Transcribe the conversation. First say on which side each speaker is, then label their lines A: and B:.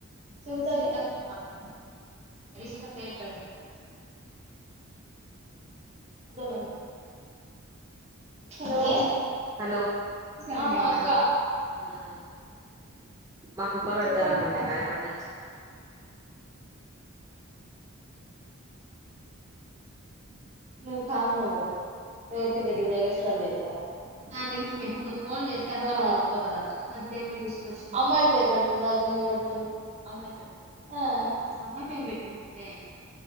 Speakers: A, on the right (about 30°); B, on the right (about 15°).
A: సురిత ఫోన్ రషిత పే ఇ న <unintelligible> హలో
B: హలో
A: ఆ అక్క
B: ఉమ్ మాకుప్ప పెడతార
A: చెప్పండి
B: అనుకుంట
A: అక్క
B: గ రేపట్ నుంచి
A: నువ్ కామ్ ఉండవు ఎవరికి తెలియద స్ట చేతున్నావు తెప్పుడు ఫో <unintelligible> అమ్మాయిల పేరు పెడుతుంది వాళ్ళ కింద పడుతుంది అమ్మాయిమ్ పేరు పెట్టున్